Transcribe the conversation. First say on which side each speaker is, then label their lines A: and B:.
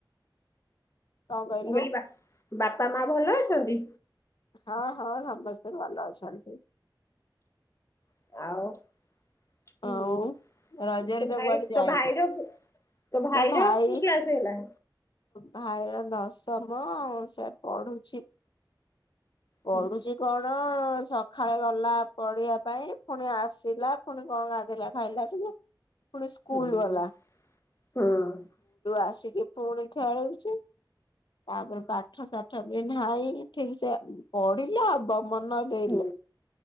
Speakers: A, on the left; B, on the left.
A: କଣ କହିଲୁ?
B: ମୁଁ କଇଲି ବା ବାପା-ମା ଭଲ ଅଛନ୍ତି?
A: ହଁ ହଁ, ସମସ୍ତେ ଭଲ ଅଛନ୍ତି।
B: <inaudible>
A: ଆଉ ରଜରେ ତ କୁଆଡେ ଯାଇନା।
B: ତୋ ଭାଇର
A: ମୋ ଭାଇ
B: କ୍ଲାସ୍‌ ହେଲା?
A: ଭାଇର ଦଶମ ସେ ପଢୁଛି। ପଢୁଛି
B: ହୁଁ
A: କ'ଣ ସଖାଳେ ଗଲା ପଢ଼ିବା ପାଇଁ, ଫୁଣି ଆସିଲା ଫୁଣି କ'ଣ ଗାଧେଇଲା ଖାଇଲା ଟିକେ ଫୁଣି ସ୍କୁଲ୍‌
B: ହୁଁ
A: ଗଲା।
B: ହଁ
A: ଆସିକି ପୁଣି ଖେଳୁଚି। ତା'ପରେ ପାଠ ସା ଠିକ୍ ସେ ପଢ଼ିଲେ ହବ। ମନ ଲେ
B: ହୁଁ